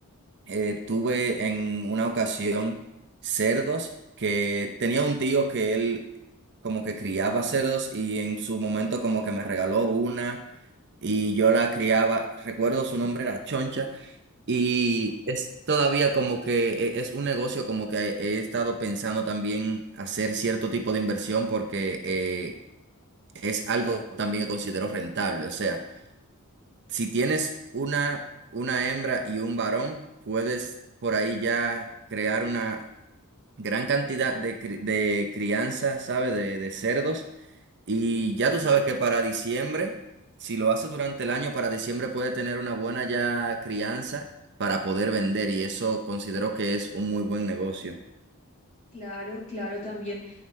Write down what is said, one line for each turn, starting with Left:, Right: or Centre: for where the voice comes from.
Right: eh, tuve en una ocasión cerdos que tenía un tío que él como que criaba cerdos y en su momento como que me regaló una y yo la criaba. Recuerdo su nombre era Choncha. Y es todavía como que eh, es un negocio como que he estado pensando también hacer cierto tipo de inversión porque eh, es algo también que considero rentable. O sea, si tienes una, una hembra y un varón, puedes por ahí ya crear una gran cantidad de, cri- de crianza, ¿sabes? De, de cerdos y
Left: Sí.
Right: ya tú sabes que para diciembre, si lo hace durante el año, para diciembre puede tener una buena ya crianza para poder vender y eso considero que es un muy buen negocio.
Left: Claro, claro, también.